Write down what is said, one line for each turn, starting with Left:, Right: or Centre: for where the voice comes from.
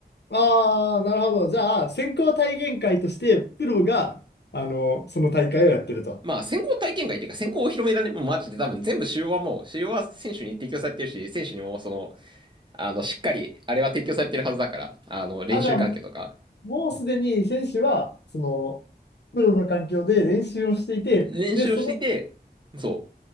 Left: ああ、なるほど。じゃあ、先行体験会として、プロが、あの、その大会をやってると。
Right: まあ、先行体験会っていうか、先行お披露目だね。もうマジで多分全部主要はもう、主要は選手に提供されてるし、選手にもその、あの、しっかり、あれは提供されてるはずだから、あの、練習環境とか、
Left: あ、じゃあ、もうすでに選手は、その、プロの環境で練習をしていて、
Right: 練習をしていて、
Left: で、その、
Right: そ